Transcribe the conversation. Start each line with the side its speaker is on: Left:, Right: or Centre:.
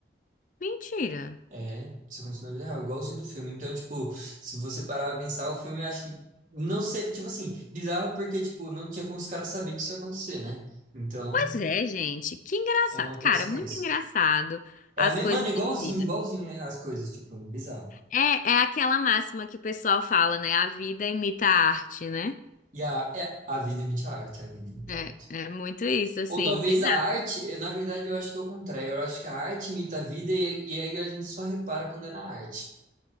Left: Mentira.
Right: É, isso aconteceu na vida real, igualzinho do filme. Então, tipo, se você parar pra pensar, o filme eu acho que não sei, tipo assim, bizarro porque, tipo, não tinha como os caras saber que isso ia acontecer, né? Então,
Left: Pois é, gente. Que engraçado.
Right: é uma coincidência.
Left: Cara, muito engraçado
Right: É
Left: as
Right: a me...
Left: coisas
Right: Mano, igualzinho,
Left: da vida.
Right: igualzinho é, as coisas, tipo, bizarro.
Left: É, é aquela máxima que o pessoal fala, né? A vida imita a arte, né?
Right: E a, é, a vida imita a arte, a vida imita
Left: É,
Right: a arte.
Left: é muito isso, assim,
Right: Ou talvez
Left: bizarro.
Right: a arte, eu, na verdade, eu acho que é o contrário. Eu acho que a arte imita a vida e, e aí a gente só repara quando é na arte.